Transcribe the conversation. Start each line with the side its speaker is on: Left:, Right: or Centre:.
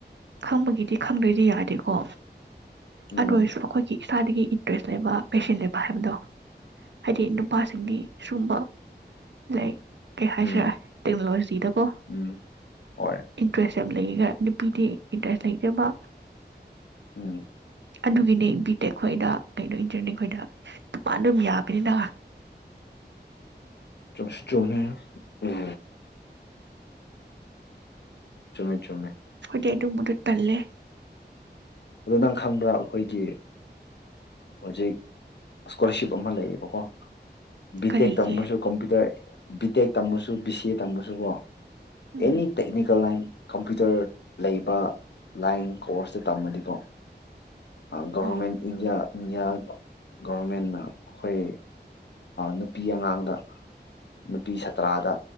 Right: ꯈꯪꯕꯒꯤꯗꯤ ꯈꯪꯗ꯭ꯔꯗꯤ ꯌꯥꯗꯦꯀꯣ
Left: ꯎꯝ
Right: ꯑꯗꯨ ꯑꯣꯏꯁꯨ ꯑꯈꯣꯏꯒꯤ ꯏꯁꯥꯗꯒꯤ ꯏꯟꯇꯔꯦꯁ ꯂꯩꯕ ꯄꯦꯁꯟ ꯂꯩꯕ ꯍꯥꯏꯕꯗꯣ ꯍꯥꯏꯗꯤ ꯅꯨꯄꯥꯁꯤꯡꯗꯤ ꯁꯨꯒꯨꯝꯕ ꯂꯥꯏꯛ ꯀꯩ ꯍꯥꯏꯁꯤꯔ
Left: ꯎꯝ
Right: ꯇꯦꯛꯅꯣꯂꯣꯖꯤꯗꯀꯣ
Left: ꯎꯝ ꯍꯣꯏ
Right: ꯏꯟꯇꯔꯦꯁ ꯌꯥꯝ ꯂꯩ ꯈ ꯄꯤꯗꯦ ꯏꯟꯇꯔꯦꯁ ꯂꯩꯇꯦꯕ
Left: ꯎꯝ
Right: ꯑꯗꯨꯒꯤꯅꯦ ꯕꯤꯇꯦꯜ ꯑꯩꯈꯣꯏꯗ ꯀꯩꯩꯅꯣ ꯏꯟꯇꯔꯅꯦ ꯑꯩꯈꯣꯏꯗ ꯨꯄꯥꯥ <unintelligible> ꯑꯗꯨꯝ ꯌꯥꯕꯅꯤꯗ
Left: ꯆꯨꯝꯁꯨ ꯆꯨꯝꯃꯦ ꯎꯝ ꯆꯨꯝꯃꯤ ꯆꯨꯝꯃꯤ
Right: ꯈꯣꯏꯗꯤ ꯑꯗꯨꯝꯕ ꯗꯣ ꯇꯜꯂꯦ
Left: ꯑ ꯅꯪ ꯈꯪꯕ꯭ꯔꯥ ꯑꯩꯈꯣꯏꯒꯤ ꯍꯧꯖꯤꯛ ꯏꯁꯀꯣꯂꯥꯔꯁꯤꯞ ꯑꯃ ꯂꯩꯌꯦꯕꯀꯣ ꯕꯤ
Right: ꯀꯔꯤꯒꯤ
Left: ꯇꯦꯛ ꯇꯝꯕꯁꯨ ꯀꯝꯄꯌꯨꯇꯔ ꯕꯤ ꯇꯦꯛ ꯇꯝꯕꯁꯨ ꯕꯤ ꯁꯤ ꯑꯦ ꯇꯝꯕꯁꯨꯕꯣ
Right: ꯎꯝ
Left: ꯑꯦꯅꯤ ꯇꯦꯛꯅꯤ ꯂꯥꯏꯟ ꯀꯝꯄ꯭ꯌꯨꯇꯔ ꯂꯩꯕ ꯂꯥꯏꯟ ꯀꯣꯔꯁꯇ ꯇꯝꯃꯗꯤꯀꯣ ꯒꯕꯔꯃꯦꯟ
Right: ꯑꯧ
Left: ꯏꯟꯗꯤꯌꯥ ꯏꯟꯗꯤꯌꯥ ꯒꯣꯚꯔꯃꯦꯟꯅ ꯑꯩꯈꯣꯏ ꯅꯨꯄꯤ ꯑꯉꯥꯡꯗ ꯅꯨꯄꯤ ꯁꯥꯇ꯭ꯔꯥꯗ